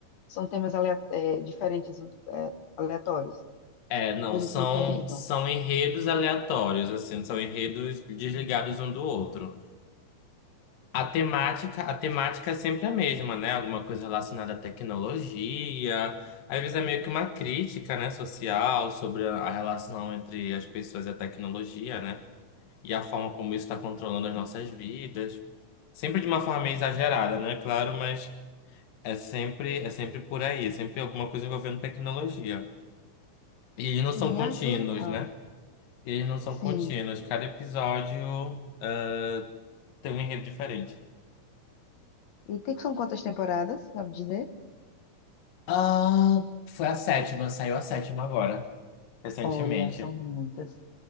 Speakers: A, on the left; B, on the left.
A: são temas alea- é, diferentes, é, aleatórios?
B: é, não,
A: Ou eles
B: são,
A: se interligam?
B: são enredos aleatórios, assim, são enredos desligados um do outro. A temática, a temática é sempre a mesma, né? Alguma coisa relacionada à tecnologia. Às vezes é meio que uma crítica, né, social sobre a a relação entre as pessoas e a tecnologia, né? e a forma como isso está controlando as nossas vidas. Sempre de uma forma meio exagerada, né? Claro, mas é sempre, é sempre por aí, é sempre alguma coisa envolvendo tecnologia. E eles não são
A: Sim,
B: contínuos,
A: ah, que legal.
B: né? Eles não são
A: Sim.
B: contínuos. Cada episódio ah, tem um enredo diferente.
A: E tem, são quantas temporadas, sabe dizer?
B: Ah, foi a sétima, saiu a sétima agora, recentemente.
A: Olha, são muitas.